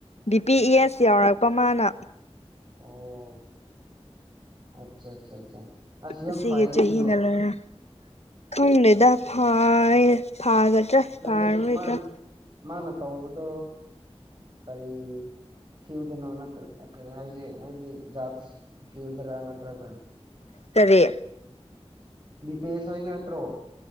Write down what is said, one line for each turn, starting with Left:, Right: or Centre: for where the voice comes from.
Left: ꯕꯤ ꯄꯤ ꯏ ꯑꯦꯁ ꯌꯧꯔꯛꯄ ꯃꯥꯅ
Right: ꯑꯣ ꯑꯠꯆꯥ ꯑꯠꯆꯥ ꯑꯆꯥ ꯑꯁ ꯌꯥꯝ
Left: ꯑꯁꯤꯒꯤ
Right: ꯐꯩꯌꯦꯅꯦ
Left: ꯆꯍꯤꯅ
Right: ꯑꯗꯣ
Left: ꯂꯣꯏꯔꯦ ꯈꯪꯗꯦꯗ ꯐꯥꯏ ꯐꯥꯒꯗ꯭ꯔꯥ
Right: ꯅꯠꯇꯦ
Left: ꯐꯥꯔꯣꯏꯗ꯭ꯔꯥ
Right: ꯃꯥꯅ ꯃꯥꯅ ꯇꯧꯕꯗꯣ ꯀꯔꯤ ꯐꯤꯜꯗꯅꯣ ꯅꯠꯇ꯭ꯔ ꯀꯩ ꯍꯥꯏꯁꯦ ꯍꯥꯏꯗꯤ ꯖꯥꯠ ꯐꯤꯜꯗꯔꯥ ꯅꯠꯇ꯭ꯔꯒ
Left: ꯀꯔꯤ
Right: ꯕꯤ ꯄꯤ ꯑꯦꯁ ꯍꯥꯏꯕ ꯅꯠꯇ꯭ꯔꯣ